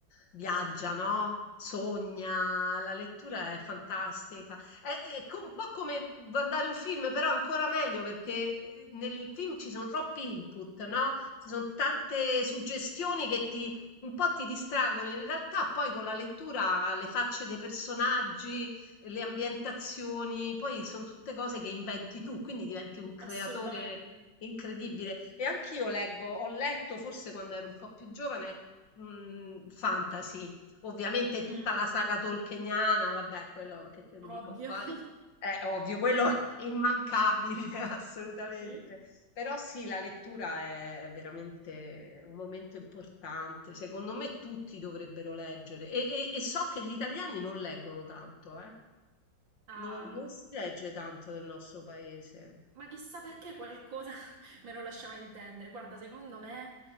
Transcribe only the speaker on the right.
sì,
assolutamente.
Mm,
ovvio.
<laughs>
Sì?
Ah.
Ma chissà perché qualcosa <laughs> me lo lasciava intendere. Guarda, secondo me